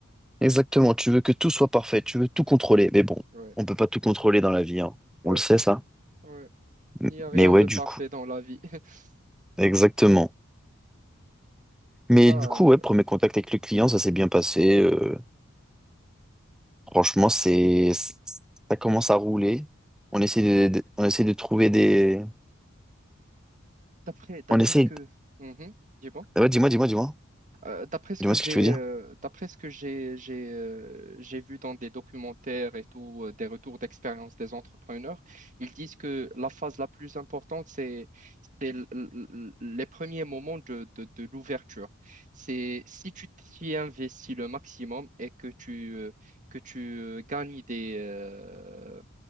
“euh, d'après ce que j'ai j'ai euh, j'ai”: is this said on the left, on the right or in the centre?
Right